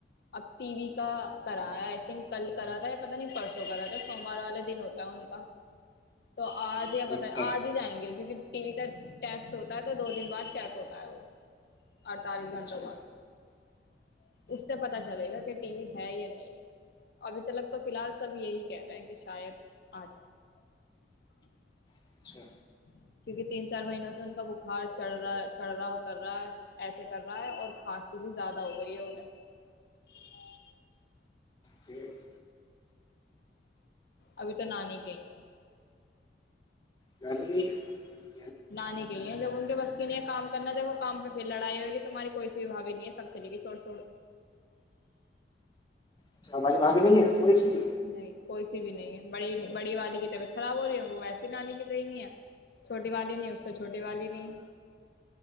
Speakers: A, on the left (about 60°); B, on the left (about 25°).
A: اب ٹی وی کا کرا ہے آئی تھنک کل کرا تھا پت نہیں پرسوں کرا تھا سوموار والا دن ہوتا ہے ان کا تو <unintelligible> آج ہی
B: اچھا
A: پت آج ہی جائیں گے <inaudible> ٹی وی کا ٹیسٹ ہوتا ہے تو دو دن بعد چیک ہوتا ہے وہ <unintelligible> اڑتالیس
B: اچھا
A: گھنٹوں بعد <inaudible> اس سے پتا چلے گا کہ ٹی وی ہے یا نہیں ہے ابھی تلک تو فی الحال سب یہی کہہ رہے ہیں کہ شاید آ جائے <unintelligible>
B: اچھا
A: کیونکہ تین چار مہینوں سے ان کا بخار چڑ رہا چڑ رہا اتر رہا ہے ایسے کر رہا ہے اور کھانسی بھی زیادہ ہو گئی ہےیں <unintelligible>
B: جی <inaudible>
A: ابھی تو نانی کےئی ہ <inaudible>
B: جدی نہیں ہے <inaudible>
A: نانے کے لیے جب ان کے بس کام کرنا دو کام پہ پھر لڑائی ہوئے گی تمہاری کوئی سھوی نہیں ہے سب چلے گی چھوڑ چھوڑ
B: اچ ہماریے وہاں پہ نہیں ہے کوئی چیز
A: نہیں کوئی بھی نہیںی بڑی والی کی طبیعت خراب ہو رہی ہے وہ ویسی نانی کی گئی بھی ہے چھوٹی والی نہیں اس سے چھوٹی والی نہیں